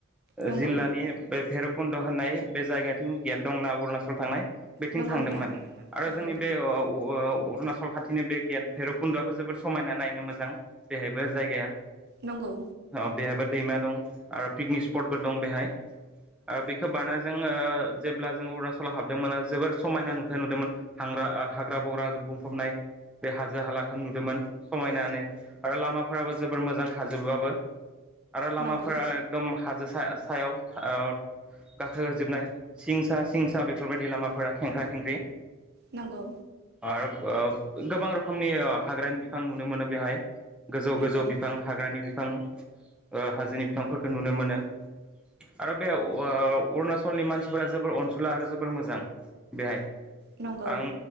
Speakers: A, on the right; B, in the centre.
A: नंगौ
B: जिल्लानि बे भेरब खुन्द' होननाय बे जायगाथिं गेट दंना अरुणाचल थांनाय। बेथिं
A: नंगौ
B: थांदों
A: नोंथां
B: माने आरो
A: नंगौ
B: जोंनि बे ओ अ ओ अरुणाचल खाथिनि बे गेय्ट भैरबकुन्द'आबो जोबोर समायना नायनो मोजां बेहायबो जायगाया।
A: नंगौ
B: अ बेहायबो दैमा दं आरो पिकनिक स्पटबो दं बेहाय। आरो बेखौ बानाजों ओ जेब्ला जों अरुणाचलाव हाबदोंमोन जोबोर समायना नुथाय नुदोंमोन हांग्रा हाग्रा बंग्राजों बुंफबनाय बे हा जो हालाखौ नुदोंमोन समायनानो आरो लामाफोराबो जोबोर मोजां हाजोबाबो आरो लामाफोरा
A: नंगौ
B: एकदम हाजो सा-सायाव ओ गाखो होजोबनाय सिंसा सिंसा बेफोरबायदि लामाफोरा खेंख्रा खेंख्रि।
A: नंगौ।
B: आरो ओ गोबां रख खमनि हाग्रानि बिफां नुनो मोनो बेहाय। गोजौ
A: नंगौ
B: गोजौ
A: नंगौ
B: बिफां हाग्रानि बिफां। ओ हाजोनि बिफांफोरखौ नुनो मोनो आरो बेहाय अ अरुणाचलनि मानसिफोरा जोबोर अनसुला आरो जोबोर मोजां बेहाय
A: नंगौ
B: आङो